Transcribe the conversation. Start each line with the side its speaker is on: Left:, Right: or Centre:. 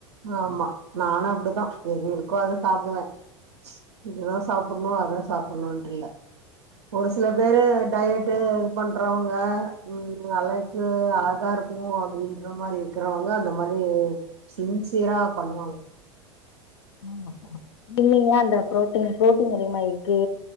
Right: ஆமா நானு அப்டித்தா எது இருக்கோ அத சாப்டுவே இதுதா சாப்புட்ணு அதா சாப்புட்ணுன்ட்டு இல்ல ஒரு சில பேரு டயடு இது பண்றவங்க ம் அழக்கு அழகா இரு க்கு அப்டின்ற மாரி இருக்குறவங்க அந்த மாரி சின்சியரா பண்ணுவாங்க
Left: ஆமா ஆமா இல்லிங்களா அந்த புரோட்டீன் பு்ரோட்டீன் அதிகமா எக்கு